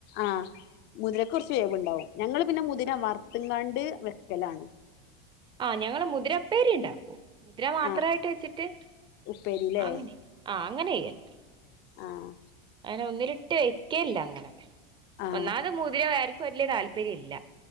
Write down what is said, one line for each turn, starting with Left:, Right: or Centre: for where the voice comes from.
Left: ആഹ് മുതിരക്കുറച്ച് വേവുണ്ടാവും ഞങ്ങള് പിന്നെ മുതിര വറുത്തുങ്ങാണ്ട് വെക്കലാണ്
Right: ആഹ് ഞങ്ങള് മുതിരപ്പേരി ഉണ്ടാക്കും മുതിര മാത്രായിട്ട്
Left: ആ
Right: വെച്ചിട്ട്
Left: ഉപ്പേരില്ലേ
Right: അങ്ങനെ ആഹ് അങ്ങനെ ചെയ്യല്
Left: ആഹ്
Right: അങ്ങനെ ഒന്നിലിട്ട് വെക്കലില്ലങ്ങനെ
Left: ആ
Right: ഒന്നാമത് മുതിര വേർ ക്ക് വല്ല്യ താല്പര്യല്ല